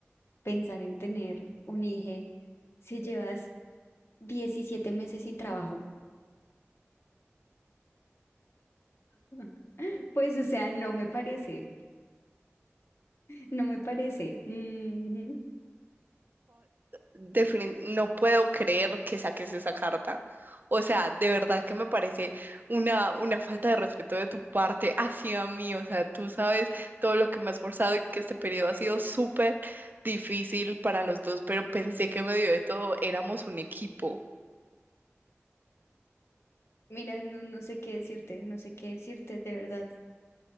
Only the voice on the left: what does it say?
pensar en tener un hijo si llevas 17 meses sin trabajo. <laughs> Pues, o sea, no me parece, no me parece. Ujú.
Mira, no, no sé qué decirte, no sé qué decirte, de verdad.